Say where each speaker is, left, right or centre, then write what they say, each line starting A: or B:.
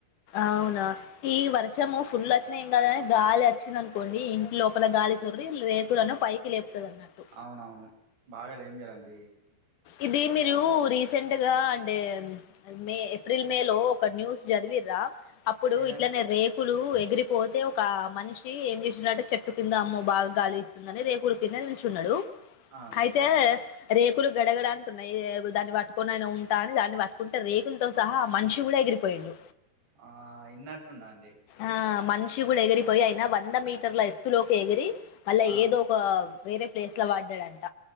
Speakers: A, on the left (about 65°); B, on the right (about 80°).
A: అవునా ఈ వర్షము ఫుల్లోచ్చిన ఏంగదు గని గాలచ్చిందనుకోండి ఇంట్లోపల గాలి చొర్రి రేకులను పైకి లేప్తదన్నట్టు
B: అవునవును బాగ డేంజరండి
A: ఇది మిలూ రీస్ సెంట్ గా అంటే మే ఏప్రిల్ మే లో ఒక న్యూస్ చదివిర్రా అప్పుడు
B: ఏదండి
A: ఇట్లనే రే.. పులు ఎగిరిపోతే ఒకా మనిషి ఏం చేసినట్టే చెట్టు కింద మొబాల్ గలీజ్ ందని రేకుల కింద నిల్చున్నడు
B: ఆ.
A: తెహ్ రేకులు గడగడఅన్టున్నయి దాన్ని పట్టుకొన్నైన ఉంటా అని దాన్ని పట్టుకుంటే రేకులతో సహా ఆ మనిషి కూడా ఎగిరిపోయిండు
B: ఆ.. ఇన్నట్టున్నాఅండి
A: ఆ మన్షీ కూడా ఎగిరిపోయి అయినా వంద మీటర్ల ఎత్తులోకి ఎగిరి మళ్ళా
B: ఆ
A: ఏదో వ్ వేరే ప్లేస్ల పడ్డడంట